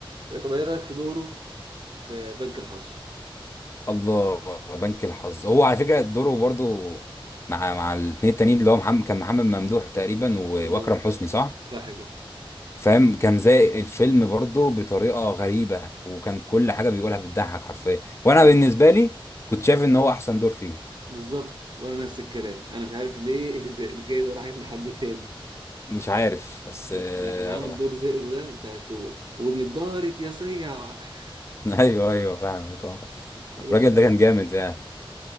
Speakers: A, on the right (about 55°); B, on the left (about 30°).
A: طب إيه رأيك في دوره في بنك الحظ؟
B: الله بنك الحظ هو على فكره دوره برضه مع مع الاثنين التانيين اللي هو محمد كان محمد ممدوح تقريبا و-
A: اه
B: واكرم حسني صح
A: صح كده
B: فاهم كان زي الفيلم برضه بطريقه غريبه وكان كل حاجه بيقولها بتضحك حرفيا وانا بالنسبه لي كنت شايف ان هو احسن دور فيهم
A: بالظبط وأنا نفس الكلام أنا مش عارف ليه <laughs> ال- الجايزة راحت لحد تاني
B: مش عارف بس
A: ده,
B: آه،
A: ده كان عامل دور زئرو ده وبتاع التوه ومن اتدهرت يا صيع <laughs>
B: <laughs> ايوه ايوه فاهمك اه
A: أنا
B: الراجل
A: مش عارف.
B: ده كان جامد يعني